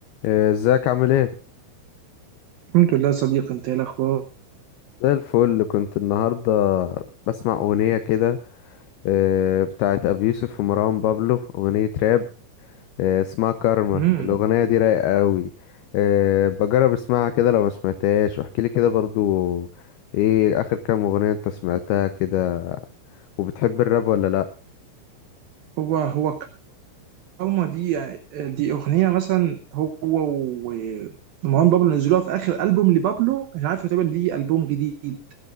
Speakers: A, on the left; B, on the right.
A: إيه، ازيك عامل ايه
B: الحمد لله صديقي انت ايه الاخبار
A: زي الفل كنت النهارده بسمع اغنيه كده إيه، بتاعت ابي يوسف ومروان بابلو اغنيه راب إيه، اسمها كارما
B: امم
A: الاغنيه دي رايقه قوي بجرب اسمعها كده لو ما سمعتهاش واحكي لي كده برضو ايه اخر كام اغنيه انت سمعتها كده وبتحب الراب ولا لا
B: هو هو كارما دي دي اغنيه مثلا هو و- ومروان بابلو نزلوها في اخر البوم لبابلو مش عارف تقريبا ليه البوم جديد